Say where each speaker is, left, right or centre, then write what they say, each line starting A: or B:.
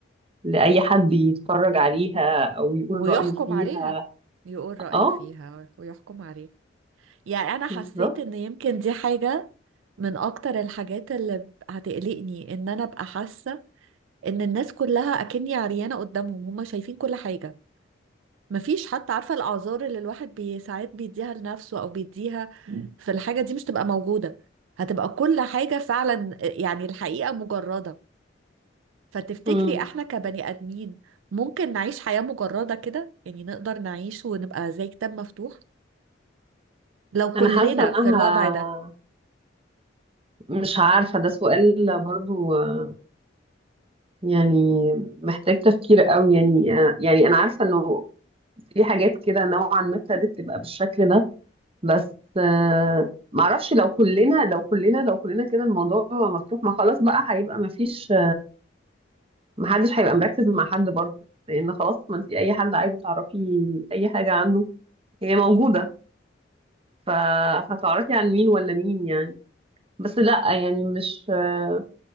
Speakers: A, on the right; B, on the right.
A: لأي حد يتفرج عليها أو يقول
B: ويحكم
A: رأيه فيها
B: عليها يقول رأيه
A: اه
B: فيها ويحكم عليها يعني انا حسيت
A: بالظبط
B: ان يمكن دي حاجة من اكتر الحاجات اللي هتقلقني ان انا ابقى حاسة ان الناس كلها اكني عريانة قدامهم هما شايفين كل حاجة مفيش حتى عارفة الاعذار اللي الواحد بي ساعات بيديها لنفسه او بيديها في الحاجة دي مش تبقى موجودة هتبقى كل حاجة فعلا يعني الحقيقة مجردة فتفتكري
A: مم.
B: احنا كبني ادمين ممكن نعيش حياة مجردة كده يعني نقدر نعيش ونبقى زي كتاب مفتوح لو
A: أنا
B: كلنا
A: حاسة
B: في
A: إنها
B: الوضع ده
A: مش عارفة ده سؤال برضو آه، يعني محتاج تفكير قوي يعني آه، يعني أنا عارفة إنه في حاجات كده نوعا ما ابتدت تبقى بالشكل ده بس آه، معرفش لو كلنا لو كلنا لو كلنا كده الموضوع مفتوح ما خلاص بقى هيبقى ما فيش ما حدش هيبقى مركز مع حد برضه لان خلاص ما انت اي حد عايزه تعرفي اي حاجه عنه هي موجوده ف... فتعرفي عن مين ولا مين يعني بس لا يعني مش آه،